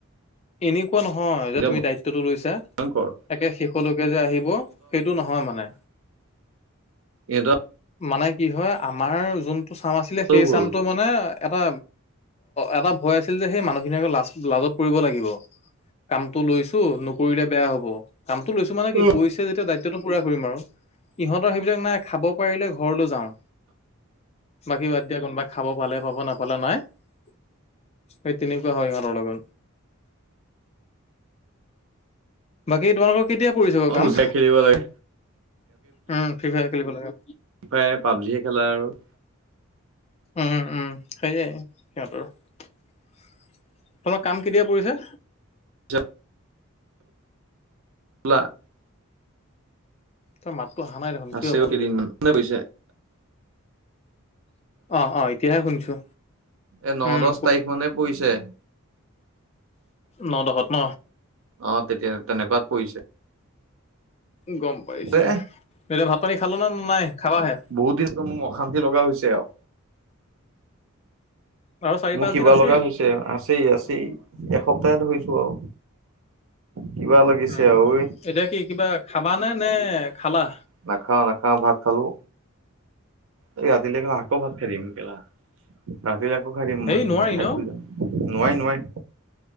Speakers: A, on the left; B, on the right.
A: এনেকুৱা নহয় যে
B: এতিয়া
A: তুমি দায়িত্বটো লৈছা।
B: ভয়ংকৰ
A: তাকে শেষলৈকে যে আহিব সেইটো নহয় মানে।
B: ইহঁত
A: মানে কি হয় আমাৰ যোনটো চাম আছিলে সেই
B: ভুল।
A: চামটো মানে এটা এটা ভয় আছিল যে সেই মানুহখিনি আকৌ লাজ লাজত পৰিব লাগিব। কামটো লৈছো নকৰিলে বেয়া হব। কামটো লৈছো মানে কি
B: অ',
A: কৈছে যেতিয়া দায়িত্ব এতিয়াতো পোৰা কৰিম আৰু। ইহঁতৰ সেইবিলাক নাই খাব পাৰিলে ঘৰলৈ যাওঁ। বাকী বাদ দিয়া কোনোবাই খাব পালে পাব নাপালে নাই। এ, তেনেকুৱাই হয় ইহঁতৰ লগত। বাকী তোমালোকৰ কেতিয়া পৰিছে বাৰু কাম?
B: গুচি যায় খেলিব লাগে
A: উম ফিফায়াৰ খেলিব লাগে।
B: ফ্ৰী ফায়াৰ পাবজি খেলা আৰু।
A: উম, উম সেইয়ে সিহঁতৰ তোমাৰ কাম কেতিয়া পৰিছে?
B: আৰু <unintelligible>
A: তই মাতটো অহা নাই দেখোন কিয়
B: আছেও
A: ভালকে?
B: কেইদিনমান কোনে কৈছে
A: অ, অ এতিয়াহে শুনিছো।
B: এ, ন,
A: উম,
B: দচ তাৰিখ মানে পৰিছে।
A: ন দহ ত ন?
B: অ, তেতিয়া তেনেকুৱাত পৰিছে।
A: গম পাইছো
B: এ
A: এতিয়া ভাত পানী খালা না ন নাই? খাবাহে?
B: বহুত দিন মোক অশান্তি লগা হৈছে আৰু।
A: আৰু চাৰি
B: মোৰ
A: পাঁচ
B: কিবা
A: দিন আছেই।
B: লগা হৈছে। আছেই আছেই এসপ্তাহ ধৰিছো আৰু। কিবা লাগিছে
A: উম,
B: আৰু ঐ
A: এতিয়া কি কিবা খাবা নে নে খালা?
B: নাখাওঁ নাখাওঁ ভাত খালো। এই ৰাতিলৈকে মই আকৌ ভাত খাই দিম কেলা ৰাতিলৈকে আকৌ খাই দিম
A: হেই
B: মই
A: নোৱাৰি ন
B: নোৱাই নোৱাই।